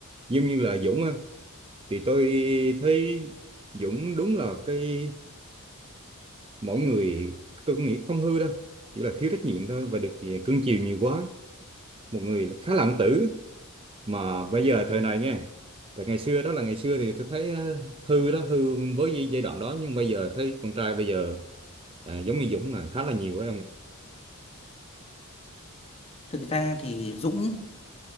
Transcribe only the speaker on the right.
giống như là Dũng ha thì tôi thấy Dũng đúng là cái mỗi người tôi cũng nghĩ không hư đâu chỉ là thiếu trách nhiệm thôi và được thì cưng chiều nhiều quá một người khá là ẩn tử mà bây giờ thời này nha thời ngày xưa đó là ngày xưa thì tôi thấy ờ, hư đó hư với gi- giai đoạn đó nhưng bây giờ thấy con trai bây giờ à, giống như Dũng là khá là nhiều phải không ạ?